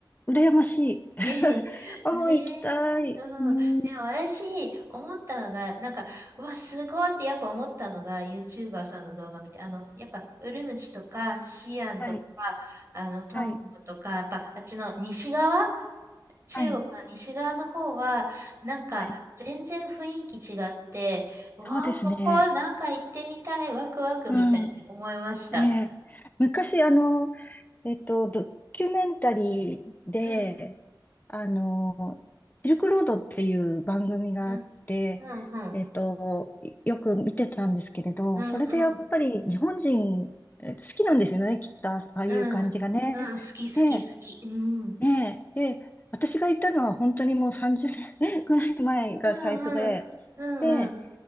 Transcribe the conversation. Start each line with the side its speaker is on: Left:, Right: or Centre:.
Left: 羨ましい。<laughs>
Right: ええ <laughs>
Left: ああ、
Right: ねえ、
Left: 行きたい。
Right: うん。でも私、
Left: うん。
Right: 思ったのが、なんか、うわ、すごいってやっぱ思ったのが、YouTuber さんの動画見て、あの、やっぱ、ウルムチとか、シアンとか、
Left: はい。
Right: あの、トンコムとか、
Left: はい。
Right: やっぱ、あっちの西側、中国の西側の方は、
Left: はい。
Right: なんか、
Left: はい。
Right: 全然雰囲気違って、うわあ、
Left: そうですね。
Right: ここ、なんか行ってみたい、ワクワクみたいに思いました。
Left: うん。ええ昔、あの、えっと、ドキュメンタリーで、
Right: うん、
Left: あの、シルクロードっていう番組があって、
Right: うん、うん、うん、
Left: えっと、よく見てたんですけれど、
Right: うん、
Left: それでやっぱり日本人え好きなんですよね、
Right: うん、うん、
Left: きっと、ああいう感じがね。
Right: うん、うん、好き好き好き。
Left: で
Right: うん、
Left: ねえ、で、私が行ったのは本当にもう30年 <laughs> ぐらい前が最初で、
Right: うん、うん、うん、
Left: で、
Right: うん、